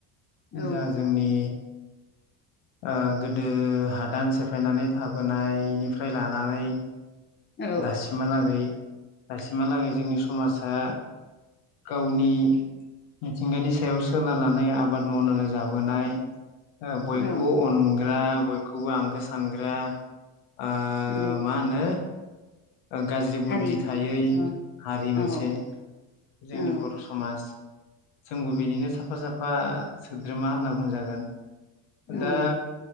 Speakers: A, on the left; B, on the left.
A: औ
B: जा जोंनि ओ गोदो हादान सेफायनानै थाबोनायनिफ्राय लानानै
A: औ
B: दासिमहालागै दासिमहालागै जोंनि समाजा गावनि मिथिंगानि सायाव सोनारनानै आबाद मावनानै जाबोनाय ओ बय
A: औ
B: खौबो अनग्रा बयखौबो आंगो सानग्रा ओ
A: औ
B: मा होनो गाज्रि बुद्धि
A: हारि
B: थायै
A: अ
B: हारि मोनसे
A: औ
B: जोंनि
A: औ
B: बर' समाज जोंबो बिनिनो साफा साफा सोद्रोमा होनना बुंजागोन
A: औ
B: दा